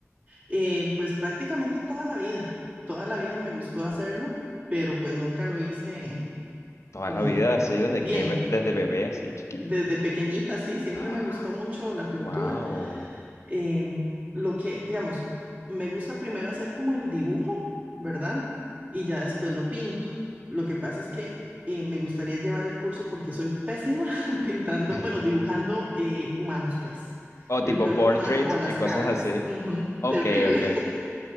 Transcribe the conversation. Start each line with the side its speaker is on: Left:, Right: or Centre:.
Right: Eh, pues prácticamente toda la vida, toda la
Left: Oh,
Right: vida me gustó hacerlo, pero pues nunca lo hice
Left: Toda
Right: como
Left: la vida, así, desde
Right: bien.
Left: que, be- desde bebé, así, chiquitico
Right: Desde
Left: también.
Right: pequeñita, sí, siempre
Left: <gasps>
Right: me gustó mucho la pintura.
Left: Wow.
Right: Eh, lo que, digamos, me gusta primero hacer como el dibujo, ¿verdad? Y ya después lo pinto. Lo que pasa es que eh, me gustaría llevar el curso porque soy pésima <laughs> pintando,
Left: <laughs>
Right: bueno, dibujando eh, humanos, pues.
Left: O
Right: El
Left: tipo
Right: cuerpo
Left: portraits
Right: humano o las
Left: y cosas
Right: caras,
Left: así.
Right: ujú,
Left: Ok,
Right: terrible.
Left: ok.
Right: <laughs>